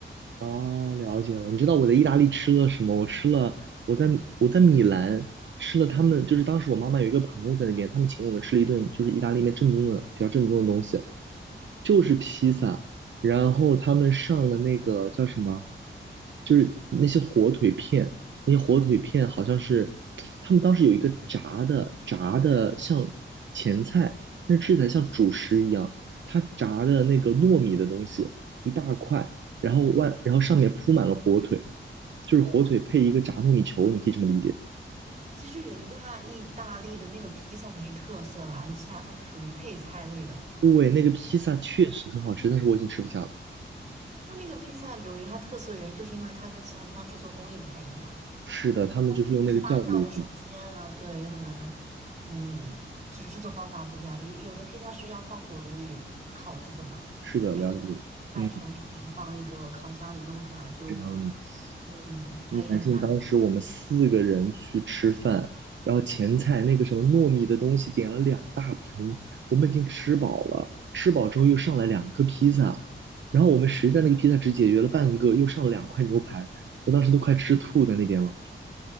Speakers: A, on the right (about 70°); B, on the right (about 35°).
A: 哦，了解了。你知道我在意大利吃了什么？我吃了，我在我在米兰吃了他们，就是当时我妈妈有一个朋友在那边，他们请我们吃了一顿，就是意大利面正宗的比较正宗的东西，就是披萨。然后他们上了那个叫什么，就是那些火腿片，那些火腿片好像是他们当时有一个炸的炸的像前菜，但是吃起来像主食一样，它炸的那个糯米的东西一大块。然后外然后上面铺满了火腿，就是火腿配一个炸糯米球，你可以这么理解。
B: 其实人家意大利的那个披萨才是特色啦，你其他都是属于配菜类的。
A: 对，那个披萨确实很好吃，但是我已经吃不下了。
B: 它那个披萨，我觉得它特色的原因就是因为它跟其他地方制作工艺不太一样，
A: 是的，他们就是用那个酵母嘛。
B: 什么发酵的时间啊，对，可能，嗯，就是制作方法不一样。有有的披萨是要放火炉里烤制的嘛，
A: 是的，
B: 然后有的披萨
A: 了解。嗯，
B: 是你放一个烤箱里弄出来的就，
A: 这样子。
B: 嗯，差异还挺大。
A: 你敢信当时我们四个人去吃饭，然后前菜那个什么糯米的东西点了两大盆，我们已经吃饱了。吃饱之后又上来两个披萨，然后我们实在那个披萨只解决了半个，又上了两块牛排，我当时都快吃吐在那边了。